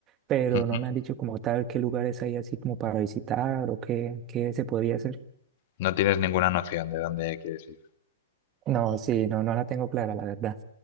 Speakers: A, on the right; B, on the left.
A: pero
B: Ujú.
A: no me han dicho como tal qué lugares hay así como para visitar o qué, qué se podría hacer.
B: No tienes ninguna noción de dónde quieres ir.
A: No, sí, no, no la tengo clara, la verdad.